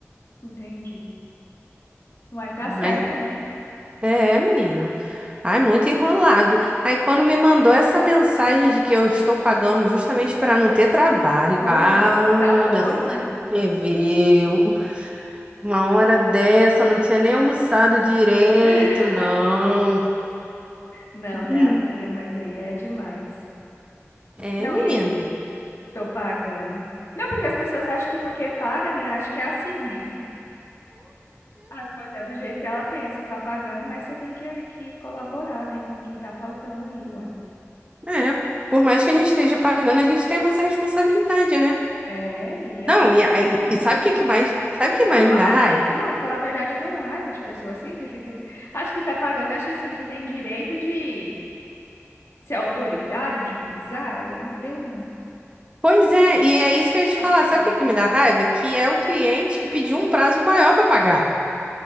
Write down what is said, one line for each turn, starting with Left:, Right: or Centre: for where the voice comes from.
Left: Entendi. Vai tá
Right: Mas
Left: certa, né?
Right: é, menina. Ai, muito enrolado. Aí, quando me mandou essa mensagem de que eu estou pagando justamente para não ter trabalho.
Left: Pois
Right: Ah,
Left: é. Desaforo.
Right: meu sangue ferveu. Uma hora dessa, não tinha nem almoçado direito,
Left: <laughs>
Right: não.
Left: Não,
Right: <laughs>
Left: né, amiga? Mas aí é demais.
Right: É,
Left: Não,
Right: menino.
Left: e aí tô pagando. Não, porque as pessoas acham que porque paga, né? Acho que é assim. As coisas é do jeito que ela pensa, tá pagando, mas você tem que, que colaborar, né, com o que tá faltando aí, uai.
Right: É, por mais que a gente esteja pagando, a gente tem a nossa responsabilidade, né?
Left: É, e a
Right: Não,
Left: pessoa
Right: e, aí-
Left: também tem que ter
Right: e
Left: noção.
Right: sabe o que que mais,
Left: né?
Right: sabe o que mais
Left: Eu tenho
Right: me
Left: uma
Right: dá
Left: raiva
Right: raiva?
Left: de. Não, pra falar a verdade, eu tenho uma raiva de pessoa assim que fica. Acho que tá pagando, acho que assim, que tem direito de ser autoritário, de pisar. Eu não tenho
Right: Pois é, e é isso que eu ia te
Left: paciência
Right: falar. Sabe o que que me dá
Left: pra
Right: raiva?
Left: isso.
Right: Que é o cliente que pediu um prazo maior para pagar.